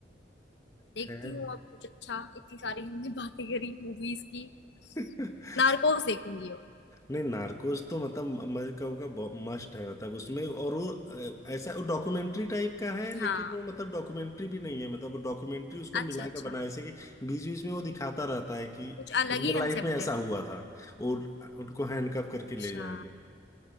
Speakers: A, on the left; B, on the left.
A: देखती
B: खैर
A: हूँ अब कुछ अच्छा इतनी सारी हमने <laughs> बातें करी मूवीज की
B: <laughs>
A: नार्कोस देखूंगी अब
B: नहीं नार्कोस तो मतलब मैं कहूँगा मस्ट है मतलब उसमें और वो अ, ऐसा वो डॉक्यूमेंट्री टाइप का है लेकिन
A: हाँ
B: वो मतलब डॉक्यूमेंट्री भी नहीं है मतलब डॉक्यूमेंट्री उसको
A: अच्छा
B: मिला
A: अच्छा
B: कर बनाया जैसे कि बीच बीच में वो दिखाता रहता है कि
A: कुछ अलग
B: रियल
A: ही कंसेप्ट
B: लाइफ में ऐसा
A: है
B: हुआ था और उनको हैंडकफ करके ले
A: अच्छा
B: जाया गया